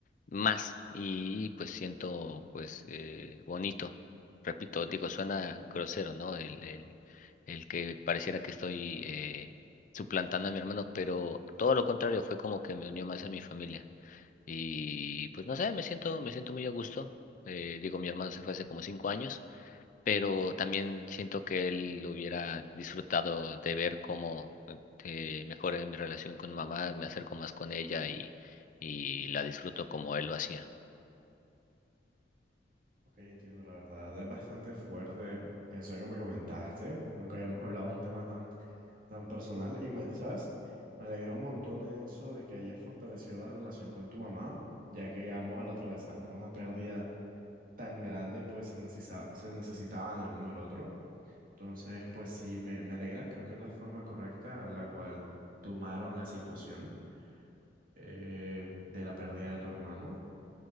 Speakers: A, on the left; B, on the right.
A: más. Y pues siento pues eh, bonito. Repito, digo, suena grosero, ¿no? El, el, el que pareciera que estoy eh, suplantando a mi hermano, pero todo lo contrario, fue como que me unió más a mi familia. Y pues no sé, me siento, me siento muy a gusto. Eh, digo, mi hermano se fue hace como cinco años, pero también siento que él hubiera disfrutado de ver cómo eh, mejoré mi relación con mamá, me acerco más con ella y, y la disfruto como él lo hacía.
B: Ok, entiendo, la verdad es bastante fuerte eso que me comentaste. Nunca habíamos hablado de un tema tan, tan personal y, me- ¿sabes? Me alegra un montón eso de que hayas fortalecido la relación con tu mamá, ya que ambos al atravesar por una pérdida tan grande, pues se necesitaba, se necesitaban el uno del otro. Entonces, pues sí, me, me alegra. Creo que es la forma correcta la cual tomaron la situación eh, de la pérdida de tu hermano.